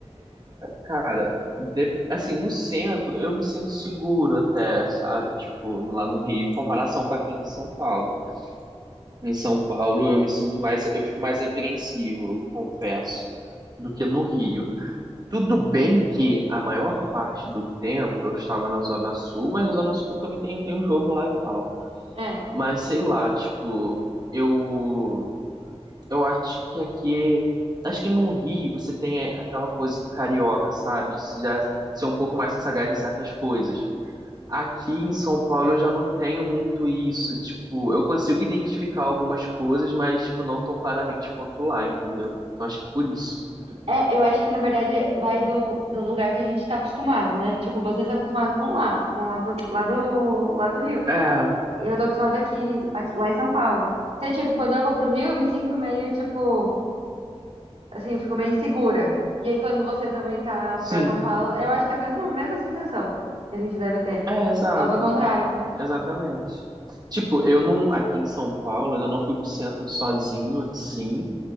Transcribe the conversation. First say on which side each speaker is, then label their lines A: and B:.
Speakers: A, on the right; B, on the right.
A: Cara, de- assim, no centro eu me sinto seguro até, sabe? Tipo, lá no Rio, em comparação com aqui em São Paulo. Em São Paulo eu me sinto mais, eu fico mais apreensivo, eu confesso, do que no Rio. Tudo bem que a maior parte do tempo eu estava na Zona Sul, mas na Zona Sul também tem, tem um jogo lá e tal.
B: É.
A: Mas sei lá, tipo, eu eu acho que aqui, é, acho que no Rio você tem é, aquela coisa do carioca, sabe? Você já ser um pouco mais sagaz em certas coisas. Aqui em São Paulo eu já não tenho muito isso, tipo, eu consigo identificar algumas coisas, mas tipo, não tão claramente quanto lá, entendeu? Então acho que por isso.
B: É, eu acho que na verdade vai do, do lugar que a gente tá acostumado, né? Tipo, vocês estão acostumados com lá, com lá do, lá do, lá do Rio.
A: É,
B: E eu tô acostumada aqui, aqui- lá em São Paulo. Então, tipo, quando eu vou pro Rio, eu me sinto meio, tipo, assim, ficou meio insegura. E aí, quando você também tá
A: sim,
B: pra São Paulo, eu acho que é a mesma, mesma sensação que a gente deve ter.
A: é, exato,
B: Só que ao contrário.
A: exatamente. Tipo, eu não, aqui em São Paulo, ainda não fui pro centro sozinho, assim,